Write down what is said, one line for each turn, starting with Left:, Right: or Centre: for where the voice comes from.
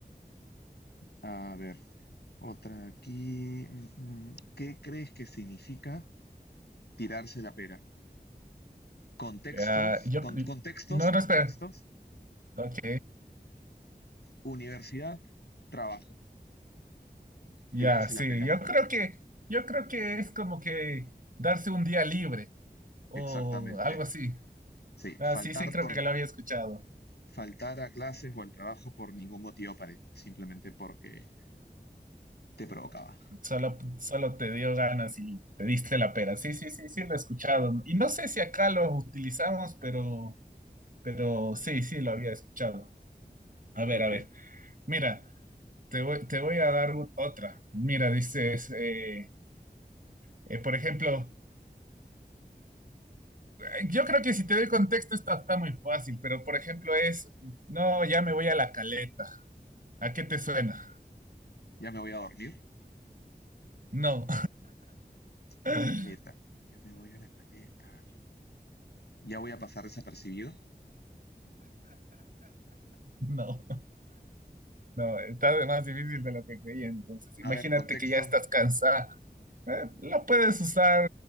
Left: A ver, otra aquí. Mm, mm. ¿Qué crees que significa tirarse la pera? Contextos,
Right: Ah, yo,
Left: con- contextos,
Right: no,
Left: contextos.
Right: no, espera. Ok,
Left: Universidad, trabajo.
Right: ya,
Left: Tirarse
Right: sí,
Left: la pera.
Right: yo creo que, yo creo que es como que darse un día libre. o
Left: Exactamente.
Right: algo así.
Left: Sí,
Right: Ah,
Left: faltar
Right: sí, sí, creo
Left: por
Right: que lo había escuchado.
Left: faltar a clases o al trabajo por ningún motivo aparente, simplemente porque te provocaba.
Right: Solo, solo te dio ganas y te diste la pera. Sí, sí, sí, sí, lo he escuchado. Y no sé si acá lo utilizamos, pero, pero sí, sí, lo había escuchado. A ver,
Left: Ok,
Right: a ver. Mira, te voy, te voy a dar u- otra. Mira, dices, eh, eh, por ejemplo, eh, yo creo que si te doy contexto está, está muy fácil, pero por ejemplo es, no, ya me voy a la caleta. ¿A qué te suena?
Left: ya me voy a dormir
Right: No, <laughs>
Left: a la caleta. Ya me voy a la caleta. Ya voy a pasar desapercibido.
Right: no. No, está de más difícil de lo que creía. Entonces, imagínate
Left: A ver, contexto.
Right: que ya estás cansada. eh, lo puedes usar,